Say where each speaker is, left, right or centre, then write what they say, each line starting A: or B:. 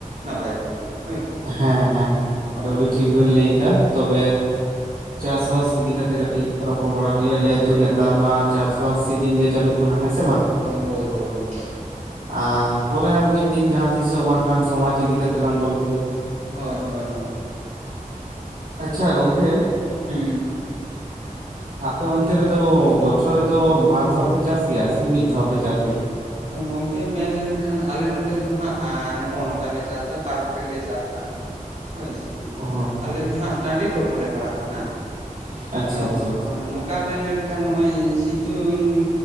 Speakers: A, on the right; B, on the right.
A: ᱱᱟᱯᱟᱭ ᱠᱚᱜ ᱜᱮᱭᱟ᱾ ᱦᱳᱭ ᱥᱮ
B: ᱦᱮᱸ ᱦᱮᱸ ᱦᱮᱸ ᱜᱚᱝᱠᱮ
A: ᱦᱳᱭ
B: ᱟᱹᱣᱰᱤ
A: ᱦᱳᱭ
B: ᱴᱷᱤᱠ ᱵᱮᱱ ᱞᱟᱹᱭ ᱠᱟᱜᱼᱟ᱾ ᱛᱚᱵᱮ ᱪᱟᱥ ᱵᱟᱥ ᱤᱫᱤ ᱠᱟᱛᱮᱜ ᱠᱟᱹᱴᱤᱡ ᱨᱚᱯᱚᱲ ᱵᱟᱲᱟ ᱦᱩᱭᱩᱜᱼᱟ ᱡᱮ ᱛᱚ ᱱᱮᱛᱟᱨ ᱢᱟ ᱪᱟᱥᱵᱟᱥ ᱥᱤᱡᱤᱱ ᱜᱮ ᱪᱟᱹᱞᱩᱜ ᱠᱟᱱᱟ ᱦᱮᱸ ᱥᱮ ᱵᱟᱝ
A: ᱦᱳᱭ ᱦᱳᱭ ᱦᱳᱭ
B: ᱟᱨ ᱯᱚᱨᱮ ᱟᱨ ᱢᱤᱫ ᱫᱤᱱ ᱡᱟᱦᱟᱸ ᱛᱤᱥᱚᱜ ᱵᱟᱝᱠᱷᱟᱱ ᱥᱚᱢᱟᱡᱽ ᱤᱫᱤ ᱠᱟᱛᱮ ᱞᱟᱝ ᱜᱚᱞᱯᱷᱚᱭᱟ ᱾
A: ᱦᱳᱭ ᱦᱳᱭ ᱦᱳᱭ᱾
B: ᱟᱪᱪᱷᱟ ᱜᱚᱝᱠᱮ
A: ᱦᱩᱸ
B: ᱟᱯᱮ ᱚᱱᱛᱮ ᱨᱮᱫᱚ ᱵᱚᱪᱷᱚᱨ ᱨᱮᱫᱚ ᱵᱟᱨ ᱫᱷᱟᱣ ᱯᱮ ᱪᱟᱥ ᱜᱮᱭᱟ ᱥᱮ ᱢᱤᱫ ᱫᱷᱟᱣ ᱯᱮ ᱪᱟᱥ ᱜᱮᱭᱟ?
A: ᱜᱚᱝᱠᱮ ᱢᱮᱱᱞᱮᱱᱠᱷᱟᱱ ᱟᱞᱮ ᱱᱚ ᱛᱮ ᱫᱚ ᱦᱟᱸᱜ ᱮᱸ ᱱᱚᱜᱼᱚ ᱱᱚᱝᱠᱟ ᱞᱮ ᱪᱟᱥᱟ ᱵᱟᱨ ᱫᱷᱟᱣ ᱜᱮᱞᱮ ᱪᱟᱥᱟ ᱾ ᱦᱳᱭ ᱥᱮ
B: ᱚ
A: ᱟᱞᱮ ᱫᱚ ᱦᱟᱸᱜ ᱴᱟᱺᱰᱤ ᱴᱚᱴᱷᱟ ᱞᱮ ᱯᱟᱲᱟᱜ ᱠᱟᱱᱟ᱾
B: ᱟᱪᱪᱷᱟ
A: ᱟᱫᱚ
B: ᱟᱪᱪᱷᱟ ᱟᱪᱪᱷᱟ
A: ᱱᱳᱠ ᱠᱟ ᱢᱮᱱᱞᱮᱱᱠᱷᱟᱱ ᱱᱚᱜ ᱚᱭ ᱥᱤᱛᱩᱝ